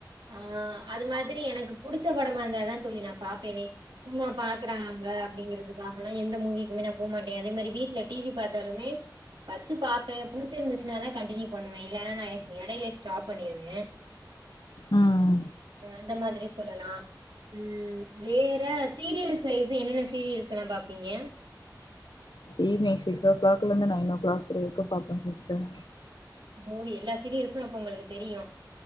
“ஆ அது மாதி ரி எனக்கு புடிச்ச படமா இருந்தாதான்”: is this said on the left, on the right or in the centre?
Right